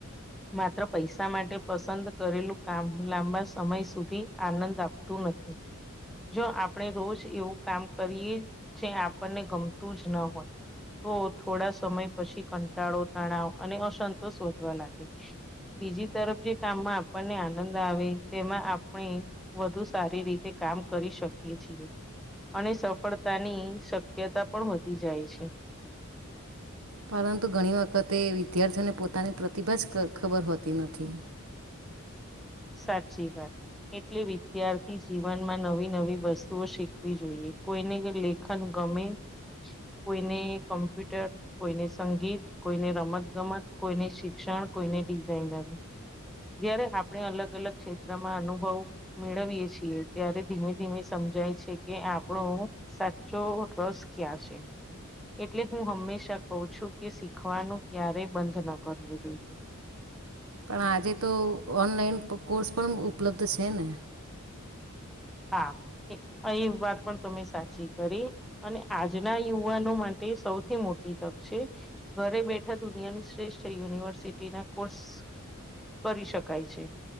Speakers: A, in the centre; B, on the right.
A: માત્ર પૈસા માટે પસંદ કરેલું કામ લાંબા સમય સુધી આનંદ આપ તું નથી જો આપણે રોજ એવું કામ કરીએ જે આપણને ગમતું જ ન હોય. તો થોડા સમય પછી કંટાળો તણાવ અને અસંતોષ વધવા લાગે બીજી તરફ જે કામમાં આપણને આનંદ આવે તેમાં આપણે વધુ સારી કામ કરી શકીએ છીએ અને સફળ તાની શક્યતા પણ વધી જાય છે.
B: પરંતુ ઘણી વખતે વિદ્યાર્થીઓને પોતાની પ્રતિભા જ ખબર હોતી નથી
A: સાચી વાત એટલે જીવનમાં નવી નવી વસ્તુઓ શીખવી જોઈએ <unintelligible> ખન ગમે કોઈને કમ્પ્યુટર કોઈને સંગીત કોઈને રમત ગમત કોઈને શિક્ષણ કોઈને ડિઝાઇનર જયારે આપણે અલગ અલગ ક્ષેત્રમાં અનુભવ મેળવીએ છીએ ત્યારે ધીમે ધીમે સમજાય છે કે આપણો સાચો ટ્રસ્ટ ક્યાં છે એટલે હું હંમેશા કઉ છું કે શીખવાનું ક્યારેય બંધ ન કરવું જોઈએ.
B: પણ આજે તો ઓનલાઈન કોર્સ પણ ઉપલબ્ધ છે ને
A: હા અહી વાત પણ તમે સાચી કરી અને આજના યુવાનો માટે સૌથી મોટી તક છે ઘરે બેઠા દુનિયાની શ્રેષ્ઠ યુનિવર્સિટી ના કોર્સ કરી શકાય છે